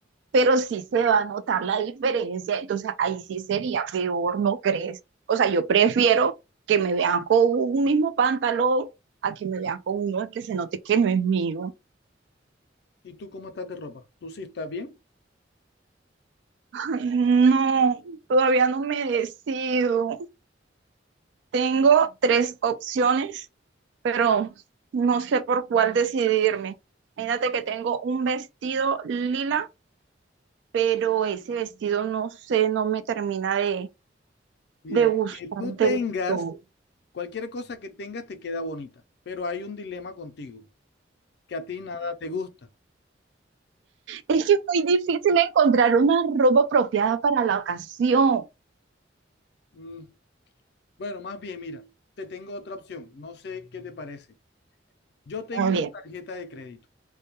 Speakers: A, on the right; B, on the left.
A: pero sí se va a notar la diferencia, entonces ahí sí sería peor, ¿no crees? O sea, yo prefiero que me vean con un mismo pantalón a que me vean con uno que se note que no es mío.
B: ¿Y tú cómo estás de ropa? ¿Tú sí estás bien?
A: Ay, no, todavía no me decido. Tengo tres opciones, pero no sé por cuál decidirme. Imagínate que tengo un vestido lila pero ese vestido no sé, no me termina de,
B: Mira,
A: de gustar
B: que tú tengas,
A: del todo.
B: cualquier cosa que tengas te queda bonita, pero hay un dilema contigo. que a ti nada te gusta.
A: Es que es muy difícil encontrar una ropa apropiada para la ocasión.
B: Mm, bueno, más bien, mira, te tengo otra opción. No sé qué te parece. Yo tengo
A: Muy bien.
B: una tarjeta de crédito.